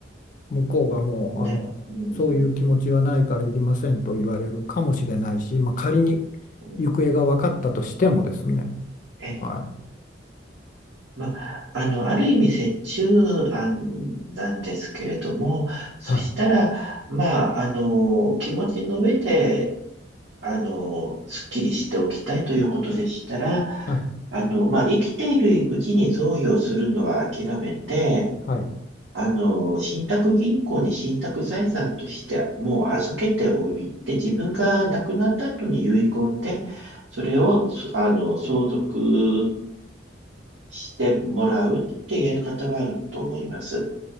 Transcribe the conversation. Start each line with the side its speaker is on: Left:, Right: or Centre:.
Left: 向こうがもうあのそういう気持ちはないからいりませんと言われるかもしれないし、
Right: ね。うん。
Left: まあ、仮に
Right: うん
Left: 行方が分かったとしてもですね。
Right: え
Left: はい、
Right: まあ、あの、ある意味折衷案なんですけれども、そしたら、
Left: はい、
Right: まあ、あの、気持ちの上で、あの、すっきりしておきたいということでしたら、
Left: はい、
Right: あの、まあ、生きているうちに贈与するのは諦めて、
Left: はい。
Right: あの、信託銀行に信託財産としてもう預けておいて、自分が亡くなった後に遺言で、それを、そあの、相続してもらうってやり方はあると思います。